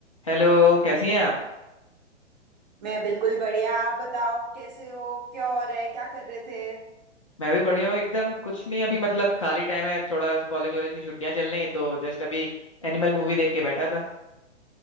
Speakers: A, on the left; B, on the right.
A: Hello कैसी हैं आप
B: मैं बिल्कुल बढ़िया आप बताओ कैसे हो क्या हो रहा है क्या कर रहे थे
A: मैं भी बढ़िया हूँ एकदम कुछ नहीं अभी मतलब खाली टाइम है थोड़ा कॉलेज वॉलेज की छुट्टियां चल रही हैं तो जस्ट अभी एनिमल मूवी देख के बैठा था